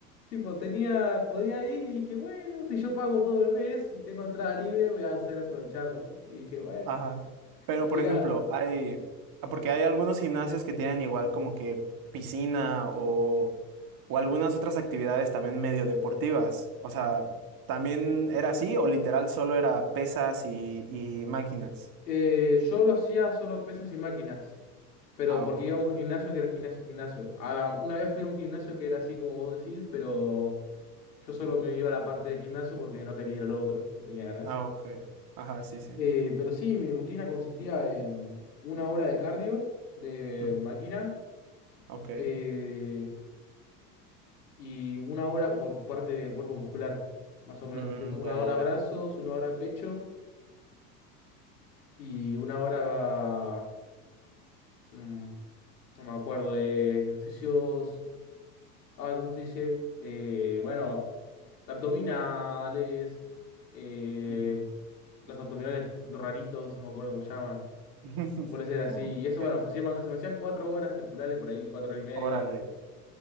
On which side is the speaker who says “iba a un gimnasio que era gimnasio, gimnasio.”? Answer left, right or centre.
Left